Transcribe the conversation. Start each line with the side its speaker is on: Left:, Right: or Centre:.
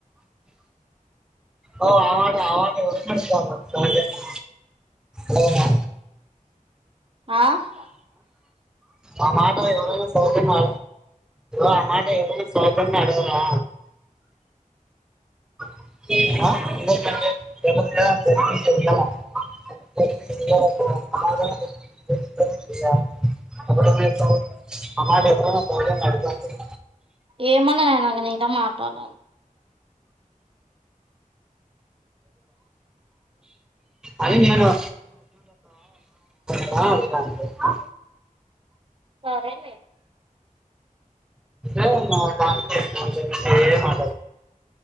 Centre: ఓ ఆ మాట ఆ మాట ఓవర్ ని అడుగుతున్నావ్ లేదా లేదా
Right: ఆహ్
Centre: ఆ మాట ఎవరో సౌజన్య ఆ మాట ఎవరన్న సౌజన్య అడగరా <unintelligible> <unintelligible> ఆ మాట ఎవరైనా సహజంగా అడుగుతారు
Right: ఏమన్నదామే నేను ఇంక మాట్లాడలేదు
Centre: అది నేను <unintelligible>
Right: సరేలే
Centre: ఏవమ్మా <unintelligible> అంటే ఏం